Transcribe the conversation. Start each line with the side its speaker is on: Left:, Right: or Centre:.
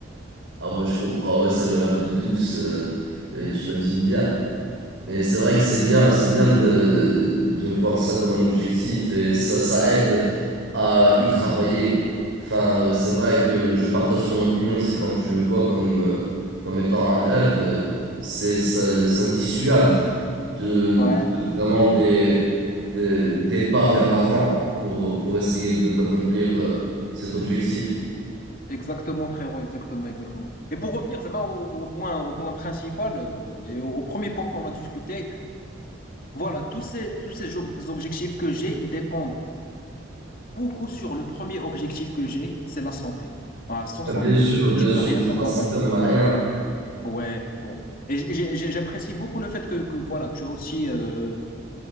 Right: Ah ouais, je comprends. Ah Ouais, c'est le rêve de tous. euh, et tu imagines bien. Mais c'est vrai que c'est bien, c'est bien de, de voir ça comme un objectif et ça, ça aide à y travailler. Enfin, euh, c'est vrai que je partage ton opinion. C'est quand tu le vois comme, euh, comme étant un rêve, euh, c'est, ça, ça dissuade de,
Left: Ouais,
Right: de faire vraiment des, des, des pas vers l'avant pour, pour essayer de- d'accomplir, euh, cet objectif.
Left: exactement, frérot, exactement, exactement. Et pour revenir, Zama, au, au point, au point principal euh, et au, au premier point qu'on a discuté, Voilà, tous ces, tous ces ob- objectifs que j'ai, ils dépendent beaucoup sur le premier objectif que j'ai, c'est la santé. Ah, sans
Right: Ah,
Left: santé,
Right: Bien sûr, bien
Left: tu
Right: sûr,
Left: peux rien
Right: mais sans
Left: faire
Right: la
Left: dans
Right: santé,
Left: ta vie.
Right: on n'a rien.
Left: Ouais, ouais. Et j'ai- j'ai- j'ai- j'apprécie beaucoup le fait que, que, voilà, tu as aussi euh,